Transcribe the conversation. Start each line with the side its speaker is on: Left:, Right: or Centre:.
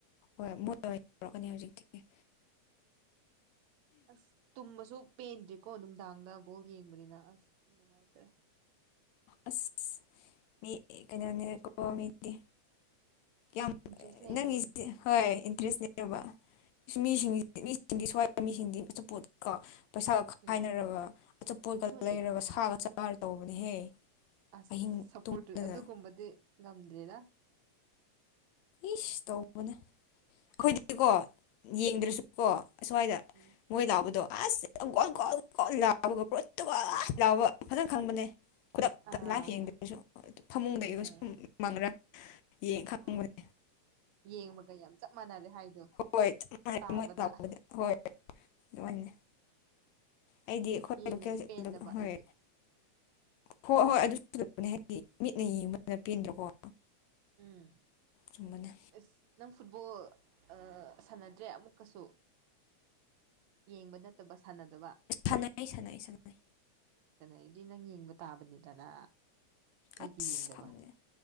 Left: ꯍꯣꯏ ꯃꯣꯏ ꯑꯣꯏꯅ ꯇꯧꯔꯛꯀꯅꯤ ꯍꯧꯖꯤꯛꯇꯤ
Right: ꯑꯁ ꯇꯨꯝꯕꯁꯨ ꯄꯦꯟꯗ꯭ꯔꯤꯀꯣ ꯅꯨꯡꯗꯥꯡꯗ ꯕꯣꯜ ꯌꯦꯡꯕꯅꯤꯅ ꯑꯁ ꯅꯨꯡꯉꯥꯏꯇ꯭ꯔꯦ
Left: ꯑꯁ ꯃꯤ ꯀꯩꯅꯣꯅꯦ ꯀꯣ ꯃꯤꯗꯤ ꯌꯥꯝ
Right: ꯏꯟꯇꯔꯦꯁ ꯂꯩꯔꯦꯗ
Left: ꯅꯪꯒꯤꯁꯤ ꯍꯣꯏ ꯏꯟꯇꯔꯦꯁꯅꯦꯕ ꯏꯁ ꯃꯤꯁꯤꯡ ꯃꯤꯁꯤꯡꯗꯤ ꯁ꯭ꯋꯥꯏ ꯃꯤꯁꯤꯡꯗꯤ ꯑꯆꯥꯄꯣꯠ ꯀꯣ ꯄꯩꯁꯥꯒ
Right: ꯎꯝ
Left: ꯈꯥꯏꯅꯔꯒ ꯑꯆꯥꯄꯣꯠꯀ
Right: ꯑꯗꯨꯅꯤ
Left: ꯂꯩꯔꯒ ꯁꯥꯒ ꯆꯥꯔꯒ ꯇꯧꯕꯅꯦꯍꯦ
Right: ꯑꯁ
Left: ꯑꯍꯤꯡ
Right: ꯁꯞꯄꯣꯔꯠꯇꯨ
Left: ꯇꯨꯝꯗꯅ
Right: ꯑꯗꯨꯒꯨꯝꯕꯗꯤ ꯉꯝꯗ꯭ꯔꯦꯗ
Left: ꯏꯁ ꯇꯧꯕꯅꯦ ꯑꯩꯈꯣꯏꯗꯤꯀꯣ ꯌꯦꯡꯗ꯭ꯔꯁꯨ
Right: ꯎꯝ
Left: ꯀꯣ ꯑꯁ꯭ꯋꯥꯏꯗ
Right: ꯎꯝ
Left: ꯃꯣꯏ ꯂꯥꯎꯕꯗꯣ ꯑꯁ <unintelligible> ꯊꯥꯕꯒ ꯄꯨ꯭ꯔꯣꯇꯨꯒꯜ ꯂꯥꯎꯕ ꯐꯖꯅ ꯈꯪꯕꯅꯦ ꯈꯨꯗꯛꯇ
Right: ꯑꯥ
Left: ꯂꯥꯏꯞ ꯌꯦꯡꯗ꯭ꯔꯁꯨ ꯐꯃꯨꯡꯗꯒꯤ
Right: ꯎꯝ
Left: ꯁꯨꯝ ꯃꯪꯒ꯭ꯔ ꯌꯦꯡ ꯈꯪꯕꯅꯦ
Right: ꯑꯣ ꯌꯦꯡꯕꯒ ꯌꯥꯝ ꯆꯞ ꯃꯥꯟꯅꯔꯦ ꯍꯥꯏꯗꯣ
Left: ꯍꯣꯏ <unintelligible>
Right: ꯇꯥꯕꯗ
Left: ꯑꯩꯗꯤ ꯑꯩꯈꯣꯏ
Right: ꯌꯦꯡꯗꯗꯤ
Left: <unintelligible>
Right: ꯄꯦꯟꯗꯕ
Left: ꯍꯣꯏ
Right: ꯑꯩꯗꯤ
Left: ꯍꯣꯏ ꯍꯣꯏ ꯑꯗꯨꯅꯦ ꯍꯥꯏꯗꯤ ꯃꯤꯠꯅ ꯌꯦꯡꯕꯅ ꯄꯦꯟꯗ꯭ꯔꯣꯀꯣ
Right: ꯎꯝ
Left: ꯆꯨꯝꯕꯅꯦ
Right: ꯑꯁ ꯅꯪ ꯐꯨꯠꯕꯣꯜ ꯑꯥ ꯁꯥꯟꯅꯗ꯭ꯔꯦ ꯑꯃꯨꯛꯀꯁꯨ ꯌꯦꯡꯕ ꯅꯠꯇꯕ ꯁꯥꯟꯅꯗꯕ
Left: ꯁꯥꯟꯅꯩ ꯁꯥꯟꯅꯩ ꯁꯥꯟꯅꯩ
Right: ꯁꯟꯅꯔꯗꯤ ꯅꯪ ꯌꯦꯡꯕ ꯇꯥꯕꯅꯤꯗꯅ ꯀꯩꯒꯤ
Left: ꯑꯁ
Right: ꯌꯦꯡꯗꯕ
Left: ꯈꯪꯗꯦ